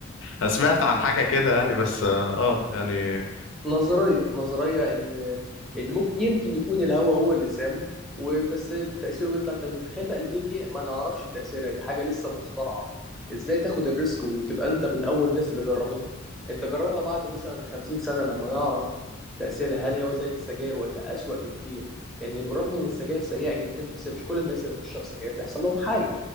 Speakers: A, on the left; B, in the centre.
A: أنا سمعت عن حاجة كده يعني بس اه آه، يعني
B: نظرية نظرية إن إن ممكن يمكن يكون الهوا هو اللي سام وبس تأثيره بيطلع 80 تخيل بقى الفيب دي ما نعرفش تأثيرها دي حاجة لسه مخترعة إزاي تاخد الريسك وتبقى أنت من أول الناس اللي جربتها أنت جربها بعد مثلا 50 سنة لما نعرف تأثيرها هل هو زي السجاير ولا أسوأ بكتير يعني بالرغم إن السجاير سيئة جدا بس مش كل الناس اللي بتشرب سجاير بيحصل لهم حاجة